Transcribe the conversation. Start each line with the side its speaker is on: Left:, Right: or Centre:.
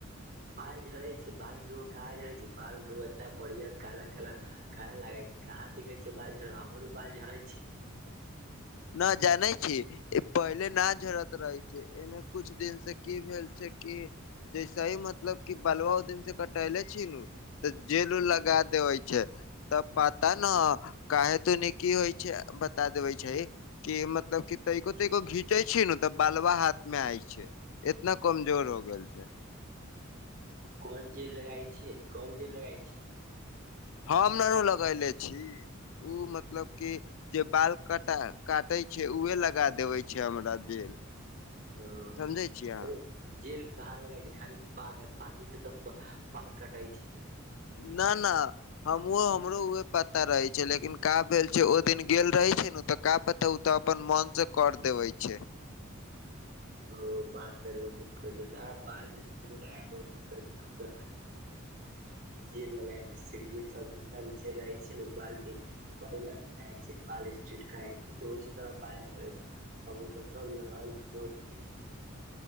Right: बाल झड़े छैय, बाल के रो कहां झड़े छैय, बाल रोग एतना बढ़िया काला काला खाय लागे छैय। कहाँ दिखै छैय, बाल झर हमरो बाल झड़ै छैय।
Left: न जानै छीय पहिले न झड़त रहै छैय। एने कुछ दिन से की भेल छैय कि जैसे ही मतलब की बलुवा उ दीन से कटले छी नू तऽ जेल
Right: ह
Left: उ लगा देवै छैय तब पता ने काहे दुनि की होइ छैय बता देबे छैय। की मतलब की तैको तैको घींचे छी ने तऽ बालुवा हाथ में आय छैय। इतना कमजोर हो गेल छैय।
Right: कोन जेल लगई छिये, कोन जेल लगाय छिये।
Left: हम नै न लगले छी ओ मतलब की जे बाल कटा काटे छैय उहे लगा देवे छैय हमरा जेल।
Right: ह
Left: समझै छियै अहाँ
Right: हेरो जेल कहाँ लगइ छैय, खाली पाय पानी से तऽ बाल कटाय छैय।
Left: न न हमूहो हमरो उहे पता रहै छैय लेकिन का भेल छैय ओ दिन गेल रहे छैय ने तऽ का पता ओ तऽ अपन मन से कर देवे छैय।
Right: ओ बात करैमे नीक होइ छैय ने बालमे ची लगाक बहुत <unintelligible> जेल लगाइ छैय, सेट वेट सब जितना भी जेल लगाइ छैय ने बाल के करे ल लगाइ छैय। बाल स्ट्रेट कराइ छैय ओहि से त बाल झड़ै छैय ओ सब सब लगाइ छोड़ देल